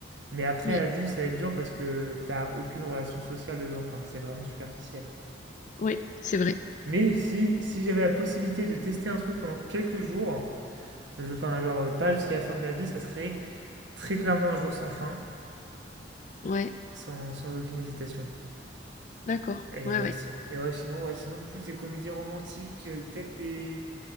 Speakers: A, on the right (about 65°); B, on the left (about 40°).
A: Mais après,
B: oui,
A: à vivre, ça va être dur parce que t'as aucune relation sociale dedans. Enfin, c'est vraiment superficiel.
B: oui, c'est vrai.
A: Mais si, si j'avais la possibilité de tester un truc pendant quelques jours, je, enfin, genre euh, pas jusqu'à la fin de ma vie, ça serait très clairement un jour sans fin,
B: Ouais,
A: sans, sans aucune hésitation.
B: d'accord.
A: Et,
B: Ouais,
A: euh,
B: ouais,
A: si- et ouais, sinon, ouais, sinon, plus des comédies romantiques, euh, peut-être des,